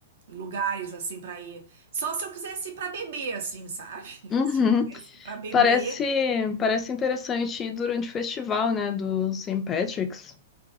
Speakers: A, on the right (about 55°); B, on the left (about 20°).
A: lugares assim para ir. Só se eu quisesse ir para beber, assim, sabe? <laughs>
B: Uhum.
A: Se eu quisesse ir para beber,
B: Parece, parece interessante ir durante o festival, né, do St. Patrick's.